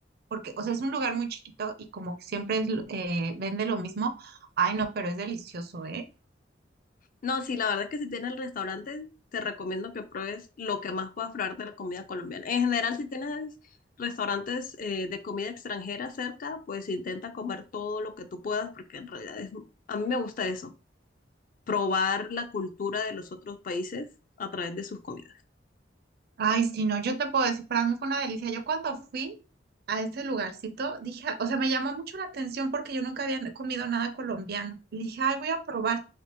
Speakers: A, on the right; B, on the left.
A: porque, o sea, es un lugar muy chiquito y como que siempre es, eh, vende lo mismo. Ay, no, pero es delicioso, ¿eh?
B: No, sí, la verdad es que si tienes el restaurante, te recomiendo que pruebes lo que más puedas probar de la comida colombiana. En general, si tienes restaurantes eh, de comida extranjera cerca, pues intenta comer todo lo que tú puedas, porque en realidad es, a mí me gusta eso, probar la cultura de los otros países a través de sus comidas.
A: Ay, sí, no, yo te puedo decir, para mí fue una delicia. Yo cuando fui a ese lugarcito, dije, o sea, me llamó mucho la atención porque yo nunca había comido nada colombiano. Y dije, ay, voy a probar.